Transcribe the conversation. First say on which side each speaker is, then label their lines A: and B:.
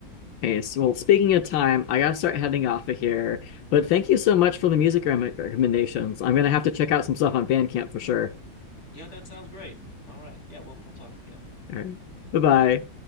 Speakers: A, on the left (about 75°); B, on the left (about 35°).
A: Okay, so well, speaking of time, I gotta start heading off of here, but thank you so much for the music rem recommendations. I'm gonna have to check out some stuff on Bandcamp for sure.
B: Yeah, that sounds great. All right. Yeah, we'll we'll talk again.
A: All right, bye-bye.